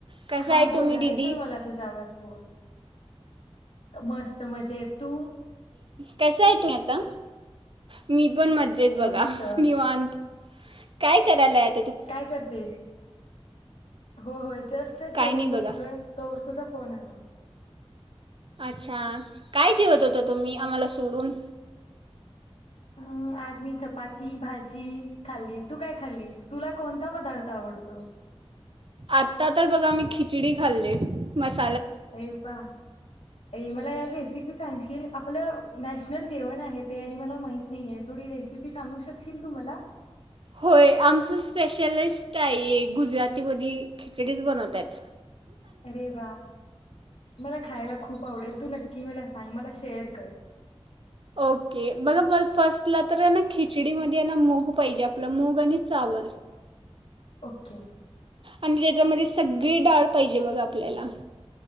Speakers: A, on the right; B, on the left.
A: कसा
B: हा
A: आहे
B: बोल
A: तुम्ही
B: ना
A: दीदी
B: येतोय मला तुझा आवाज बोल. मस्त, मजेत. तू?
A: कसंय हाय तू आता? मी- पण मज्जेत बघा
B: मस्त
A: निवांत. काय करायल्यात?
B: काय करतेस? हो हो जस्टच
A: काय
B: जेऊन
A: नाही
B: बसलोय
A: बघा
B: तोवर तुझा फोन आला.
A: अच्छा! काय जेवत होता तुम्ही आम्हाला सोडून?
B: अ आज मी चपात् ती, भाजी खाल्ली. तू काय खाल्लीस, तुला कोणता पदार्थ आवडतो?
A: आता तर बघा मी खिचडी खाल्लेय मस्
B: अय बा अय मला या रेस् सिपी सांगशील आपलं मॅश्- नल जेवण आहे ते आणि मला माहि्- नायि आह थोडी रेसिपी सांगू शकशील तू मला
A: होय आमच स्पेसिलीस्ट आहे गुजरातीमध्ये खिचडीच बनवतायत्
B: अरे वा! मला खायला खूप आवडेल तू नक्की मला असं आणि मला शेअर कर.
A: ओके. बघा ब फर्स्टला तर ना खिचडीमध्ये ना मूग पाहिजे आपलं मूग आणि चावल.
B: ओके.
A: आणि त्याच्यामध्ये सगळी डाळ पाहिजे बघा आपल्याला.